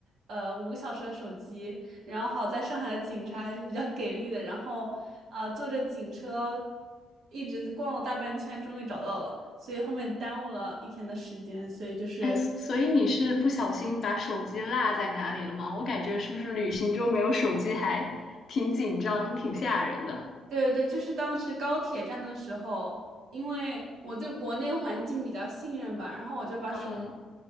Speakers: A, on the right; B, on the left.
A: 呃五个小时的手机，然后好在上海的警察还是比较给力的，然后啊、呃坐着警车一直逛了大半圈，终于找到了。所以后面耽误了一天的时间，所以就是
B: 哎，所以你是不小心把手机落在哪里了吗？我感觉是不是旅行中没有手机还挺紧张、挺吓人的。
A: 对对对，就是当时高铁站的时候，因为我对国内环境比较信任吧，然后我就把手机，
B: 嗯，